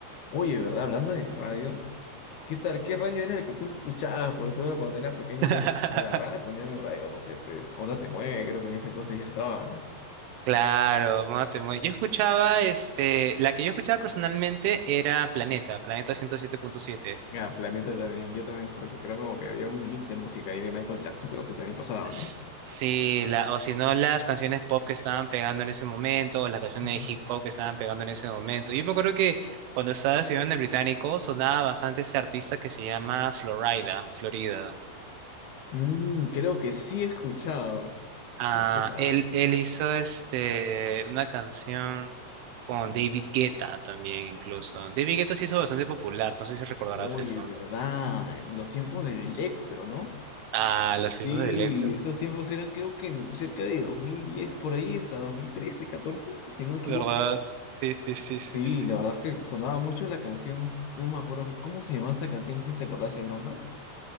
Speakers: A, on the left (about 60°); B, on the right (about 80°).
A: Oye, de verdad, hablando de radio, ¿qué tal? ¿Qué radio era el que tú escuchabas? Por ejemplo, cuando era pequeño
B: <laughs>
A: yo agarraba y ponía mi radio, no sé, pues, Onda Te Mueve, creo que en ese entonces ya estaba, ¿no?
B: Claro, mate, mue- yo escuchaba, este, la que yo escuchaba personalmente era Planeta, Planeta ciento siete punto siete
A: Ah, Planeta también, yo también, porque creo como que había un mix de música ahí de Michael Jackson, creo que también pasaba,
B: S-
A: ¿no?
B: Sí, la, o si no, las canciones pop que estaban pegando en ese momento, o las canciones
A: Ujú.
B: de hip hop que estaban pegando en ese momento. Yo me acuerdo que cuando estaba estudiando en el británico sonaba bastante este artista que se llama Florida, Florida.
A: Mm, creo que sí he escuchado.
B: Ah,
A: Sí he escuchado,
B: él,
A: creo.
B: él hizo este, una canción con David Guetta también, incluso. David Guetta se hizo bastante popular, no sé si recordarás
A: Oye,
B: eso.
A: ¿verdad? En los tiempos del Electro, ¿no?
B: Ah, los hijos
A: Sí,
B: de Electra,
A: estos
B: sí.
A: tiempos eran creo que en cerca de 2010 por ahí, hasta 2013 14 si no me equivoco.
B: ¿Verdad? Sí, sí, sí, sí,
A: Sí,
B: sí.
A: la verdad es que sonaba mucho la canción. No me acuerdo que- cómo se llamaba esta canción, si te acordás el nombre.